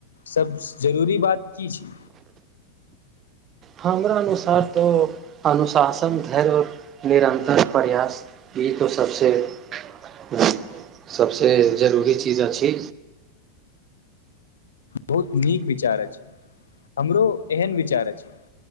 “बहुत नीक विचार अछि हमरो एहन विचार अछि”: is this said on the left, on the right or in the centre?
Left